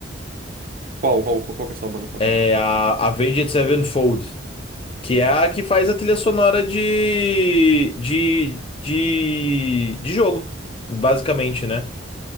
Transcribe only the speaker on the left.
É a Avenged Sevenfold, que é a que faz a trilha sonora de, de, de, de jogo, basicamente, né?